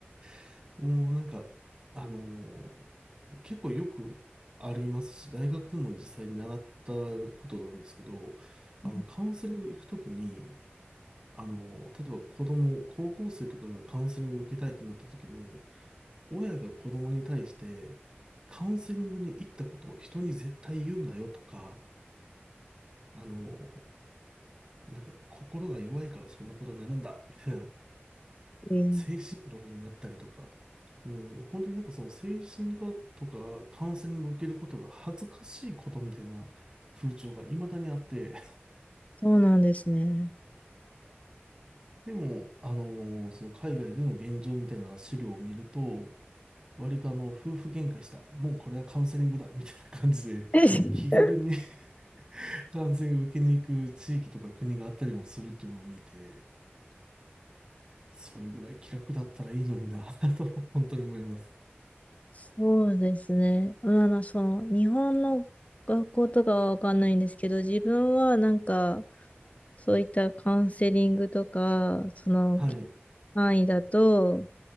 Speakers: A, on the right (about 30°); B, on the left (about 35°).
A: <laughs> もうなんか、あの、結構よくありますし、大学でも実際に習ったことなんですけど、あの、
B: うん
A: カウンセリング行くときに、あの、例えば子供、高校生とかがカウンセリング受けたいってなったときに、親が子供に対してカウンセリングに行ったことを人に絶対言うなよとか、あの、なんか心が弱いからそんなことになるんだみたいな
B: うん
A: 精神論になったりとか、もう本当になんかその精神科とかカウンセリングを受けることが恥ずかしいことみたいな風潮が未だにあって、
B: そうなんですね。
A: でも、あの、その海外での現状みたいな資料を見ると、割とあの、夫婦喧嘩した、もうこれはカウンセリングだみたいな感じで気軽に
B: <laughs>
A: <laughs> 感染を受けに行く地域とか国があったりもするっていうのを見て、それぐらい気楽だったらいいのにな <laughs> と本当に思います。
B: そうですね。まああの、その、日本の学校とかはわかんないんですけど、自分はなんか、そういったカウンセリングとか、その
A: はい、
B: 範囲だと、